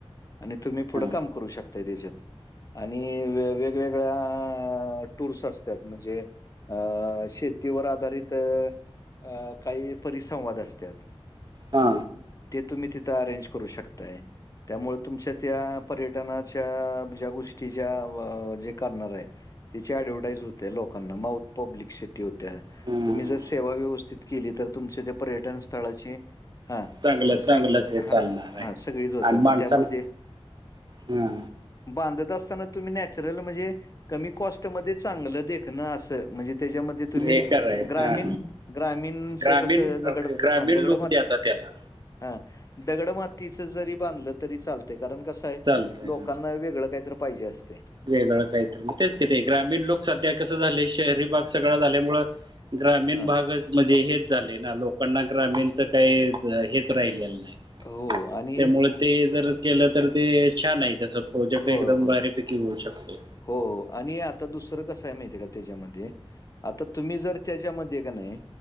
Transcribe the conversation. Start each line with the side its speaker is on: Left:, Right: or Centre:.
Left: आणि तुम्ही पुढं
Right: हा
Left: काम करू शकताय त्याच्यात आणि वेगवेगळ्या अअ टूर्स असत्यात म्हणजे अ अ शेतीवर आधारित अ काही परिसंवाद असत्यात.
Right: हा
Left: ते तुम्ही तिथं अरेंज करू शकताय त्यामुळ तुमच्या त्या पर्यटनाच्या ज्या गोष्टी ज्या जे करणार ये. त्याची ऍडव्हटाईज होतीय लोकांना माउथ पब्लिकसिटी होत्या
Right: हम्म.
Left: तुम्ही जर सेवा व्यवस्थित केली तर तुमचे त्या पर्यटन स्थळाची हा
Right: चांगला
Left: असं
Right: चांगलाच हे चालणार
Left: हा
Right: हाय
Left: हा सगळीच होते
Right: आणि
Left: मग
Right: माणसाला
Left: त्यामध्ये
Right: हा
Left: बांधत असताना तुम्ही नॅचरल म्हणजे कमी कॉस्टमध्ये चांगलं देखणं असं म्हणजे त्याच्यामध्ये तुम्ही
Right: हे करायचं
Left: ग्रामीण
Right: हा.
Left: ग्रामीणस
Right: ग्रामीण
Left: कसं नगड
Right: ग्रामीण
Left: हा दगड
Right: लोक
Left: माती
Right: द्यायचा त्याला
Left: हा दगडमातीचं जरी बांधलं तरी चालतय कारण कस काय
Right: चालतंय
Left: लोकांना
Right: हा
Left: वेगळं कायतर पाहिजे असतय.
Right: वेगळं कायतर म तेच कि ते ग्रामीण लोक सध्या कसं झालय शहरी भाग सगळा झाल्यामुळ ग्रामीण
Left: हा
Right: भागाचं मजे हेच झालय ना लोकांना ग्रामीणच काही हेच राहिलेलं नाय.
Left: हो आणि
Right: त्यामुळे ते जर केलं तर ते छान आहे त्याच प्रोजेक्ट
Left: होय
Right: एकदम
Left: होय
Right: भारी
Left: होय
Right: होऊ शकतोय.
Left: हो आणि आता दुसरं कसं हाय माहितीय का त्याच्यामध्ये आता तुम्ही जर त्याच्याम ध्ये क नाय